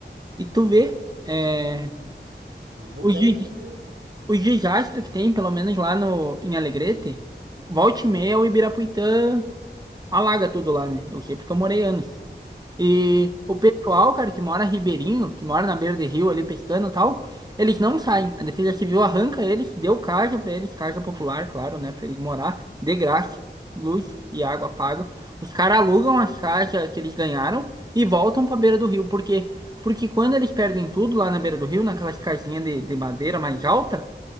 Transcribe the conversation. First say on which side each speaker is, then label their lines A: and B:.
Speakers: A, on the right; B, on the right.
A: E tu vê, é,
B: Eles votaram
A: os, des-
B: nos mesmos.
A: os desastres que tem, pelo menos lá no, em Alegrete, volte e meia o Ibirapuitã alaga tudo lá, né? Eu sei porque eu morei anos. E o
B: Sim,
A: pessoal, cara, que mora ribeirinho, que mora na beira de rio ali pescando e tal, eles não saem.
B: sim.
A: A Defesa Civil arranca eles, deu casa pra eles, casa popular, claro, né, pra eles morar de graça, luz e água pago. Os caras alugam as casas que eles ganharam e voltam pra beira do rio. Por quê? Porque quando eles perdem tudo lá na beira do rio, naquelas casinhas de, de madeira mais alta,